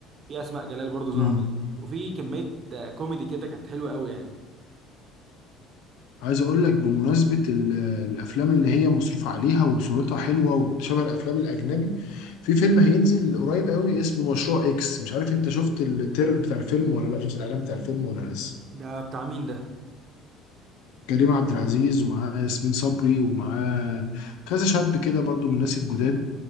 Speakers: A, on the right; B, on the left.
A: في اسماء جلال برضه ظهرت
B: مم.
A: وفي كميه آه، كوميدي كده كانت حلوه قوي يعني
B: عايز اقول لك بمناسبه ال- الافلام اللي هي مصروف عليها وصورتها حلوه وشبه الافلام الاجنبي في فيلم هينزل قريب قوي اسمه مشروع اكس مش عارف انت شفت التريلر بتاع الفيلم ولا لا شفت الاعلان بتاع الفيلم ولا لسه
A: ده بتاع مين ده
B: كريم عبد العزيز ومعاه ياسمين صبري ومعاه كذا شاب كده برضو من الناس الجداد